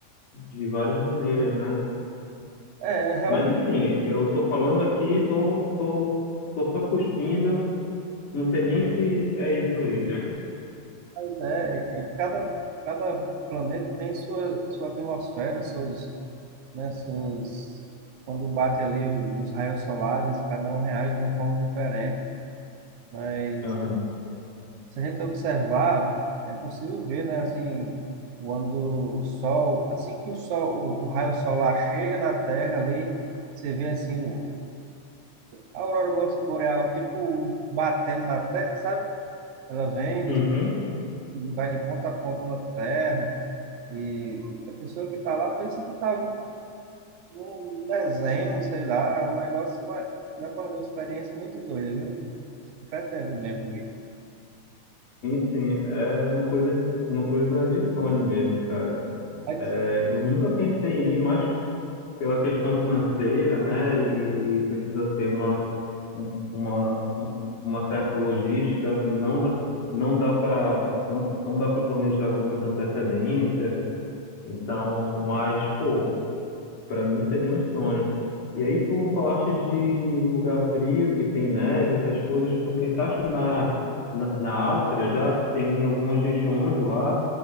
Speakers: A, on the left; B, on the right.
A: de várias maneiras, né?
B: É, realmente,
A: Mas enfim, eu tô falando aqui, tô, tô, tô só cuspindo, não sei nem se é isso mesmo.
B: né? é, é, Cada, cada planeta tem sua, sua atmosfera, seus, né, suas, quando bate ali o- os raios solares, cada um reage de uma forma diferente. Mas
A: Aham.
B: se a gente observar, é possível ver, né, assim, quando o sol, assim que o sol, o, o raio solar chega na Terra ali, você vê assim o, a aurora bo- boreal, tipo batendo na Terra, sabe? Ela vem,
A: Uhum.
B: do- vai de ponta a ponta na Terra. E a pessoa que está lá pensa que está num desenho, sei lá, é um negócio, uma, dá pra uma experiência muito doida, viu? Eu pretendo mesmo ir.
A: Sim, sim, é uma coisa, uma coisa de sonho mesmo, cara.
B: Mas
A: É, eu nunca pensei em ir, mas pela questão financeira, né? E precisa ter uma um- uma, um- uma certa logística, não dá, não dá para não, não dá para planejar com muita antecedência, então, mas, pô, para mim seria um sonho. E aí tu falaste de lugar frio, que tem neve, essas coisas, tu pensaste na, na, na Áustria já tem algumas regiões lá,